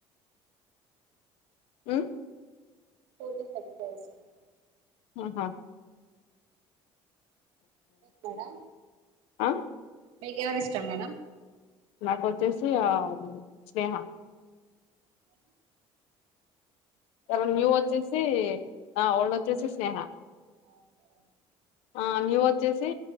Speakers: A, on the left; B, on the right.
A: మ్
B: పోజ <unintelligible> ఇష్టం
A: ఆహ
B: మేడం
A: ఆ
B: మీకెవరు ఇష్టం మేడం
A: నా కొచ్చేసి ఆ స్నేహ
B: స
A: ఎర న్యూ వచ్చేసి ఆ ఒళ్ళొచ్చేసె స్నేహ
B: ఓకె ఓకె
A: అ న్యూ వచ్చేసి